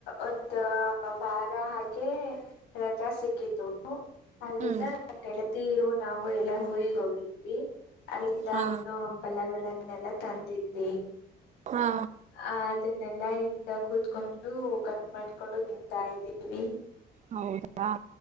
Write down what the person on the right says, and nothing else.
ಹ್ಮ್
ಹಾ
ಹಾ
ಹೌದಾ